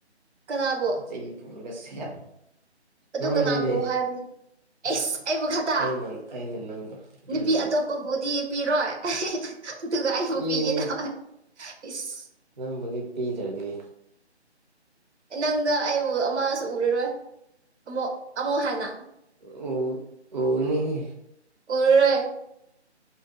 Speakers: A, on the right; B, on the right.
A: ꯀꯅꯥꯕꯨ?
B: ꯇꯇꯩ ꯄꯨꯔꯒ ꯁꯦꯠ
A: ꯑꯗꯨ
B: ꯅꯪꯅꯤꯅꯦ
A: ꯀꯅꯥꯕꯨ ꯍꯥꯏꯕꯅꯣ ꯑꯦꯁ ꯑꯩꯕꯨ ꯈꯇꯥ
B: ꯑꯩꯅ ꯑꯩꯅ ꯅꯪꯕ
A: ꯅꯨꯄꯤ
B: ꯎꯝ
A: ꯑꯇꯣꯞ ꯀꯕꯨꯗꯤ ꯄꯤꯔꯣꯏ ꯑꯗꯨꯒ ꯑꯩꯕꯨ
B: ꯄꯤꯒꯅꯤ
A: ꯄꯤꯒꯦ ꯇꯃ ꯏꯁꯁ
B: ꯅꯪꯕꯨꯗꯤ ꯄꯤꯗ꯭ꯔꯗꯤ꯫
A: ꯑꯦ ꯅꯪꯅ ꯑꯩꯕꯨ ꯑꯃꯁꯨ ꯎꯔꯔꯣꯏ ꯑꯃꯨꯛ ꯑꯃꯨꯛ ꯍꯥꯟꯅ꯫
B: ꯑꯣ ꯑꯣꯅꯤꯍꯦ
A: ꯎꯔꯔꯣꯢ꯫